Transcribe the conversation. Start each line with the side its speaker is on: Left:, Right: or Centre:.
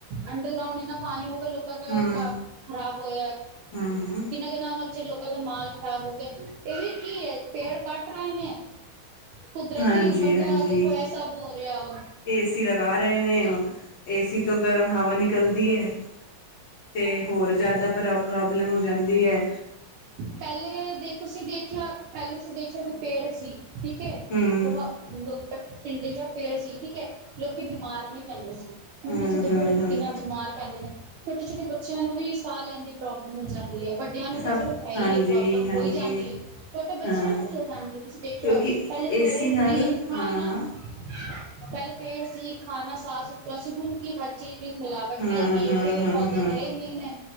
Right: ਅੰਡਰਗਰਾਉਂਡ ਇੰਨਾ ਪਾਣੀ ਹੋਗਿਆ, ਲੋਕਾਂ ਦਾ
Left: ਹੂੰ,
Right: ਕੰਮ ਖਰਾਬ ਹੋਇਆ
Left: ਹੂੰ, ਹੂੰ।
Right: ਕਿਨਾ <unintelligible> ਉਹਨਾਂ ਵਿਚ ਲੋਕਾਂ ਦੇ ਮਾਲ ਖ਼ਰਾਬ ਹੋ ਗਿਆ ਇਹ ਵੀ ਕੀ ਐ, ਪੇੜ ਕੱਟ ਰਹੇ ਨੇ- ਕੁਦਰਤੀ
Left: ਹਾਂਜੀ,
Right: ਬੰਦਾ
Left: ਹਾਂਜੀ।
Right: ਦੇਖੋ ਇਹ ਸਭ ਹੋ ਰਿਹਾ ਵ
Left: ਏਸੀ ਲਗਾ ਰਹੇ ਨੇ ਉਹ ਏਸੀ ਤੋਂ ਗਰਮ ਹਵਾ ਨਿਕਲਦੀ ਏ- ਤੇ ਹੋਰ ਜਿਆਦਾ ਪ੍ਰ ਪ੍ਰੋਬਲਮ ਹੋ ਜਾਂਦੀ ਐ।
Right: ਪਹਿਲੇ ਦੇ ਤੁਸੀਂ ਦੇਖਿਆ, ਪਹਿਲੇ ਤੁਸੀਂ ਦੇਖਿਆ ਕਿ ਪੇੜ ਸੀ ਠੀਕ ਐ
Left: ਹਮ
Right: ਬਹੁਤ ਲੋਟ ਪਿੰਡੇ ਚ ਪੇੜ ਸੀ ਠੀਕ ਐ ਲੋਕੀ ਬਿਮਾਰ ਨਹੀਂ ਪੈਂਦੇ ਸੀ। ਹੁਣ
Left: ਹਮ
Right: ਤੁਸੀਂ ਦੇਖੋ
Left: ਹਮ
Right: ਲੋਕ
Left: ਹਮ
Right: ਕਿੰਨਾ ਬਿਮਾਰ ਪੈਂਦੇ ਨੇ ਛੋਟੇ -ਛੋਟੇ ਬੱਚਿਆਂ ਨੂੰ ਵੀ ਸਾਹ ਲੈਣ ਦੀ ਪ੍ਰੋਬਲਮ ਹੋ ਜਾਂਦੀ ਐ, ਵੱਡਿਆਂ ਨੂੰ ਤਾਂ
Left: ਸਭ
Right: ਚਲੋ ਇਹੀ
Left: ਹਾਂਜੀ
Right: ਏ ਪ੍ਰੋਬਲਮ
Left: ਹਾਂਜੀ
Right: ਹੋਈ ਜਾਂਦੀ ਐ, ਛੋਟੇ ਬੱਚਿਆਂ
Left: ਹਾਂ
Right: ਨੂੰ ਵੀ ਹੋ ਜਾਂਦੀ ਹੈ ਤੁਸੀਂ ਦੇਖਿਆ
Left: ਕਿਉਂਕਿ
Right: ਪਹਿਲੇ ਪੇੜ
Left: ਏਸੀ
Right: ਸੀ
Left: ਨਾਲ
Right: ਖਾਣਾ
Left: ਹਾਂ ਹਾਂ
Right: ਪਹਿਲੇ ਪੇੜ ਸੀ ਖਾਣਾ ਸਾਫ਼ ਸੁਥਰਾ ਸੀ ਹੁਣ ਕੀ ਹਰ ਚੀਜ਼ ਦੀ ਮਿਲਾਵਟ
Left: ਹਮ
Right: ਵੀ ਹੈਗੀ ਐ,
Left: ਹਮ
Right: ਪੇੜ-
Left: ਹਮ
Right: ਪੌਦੇ
Left: ਹਮ
Right: ਰਹੇ ਨਹੀਂ ਨੇ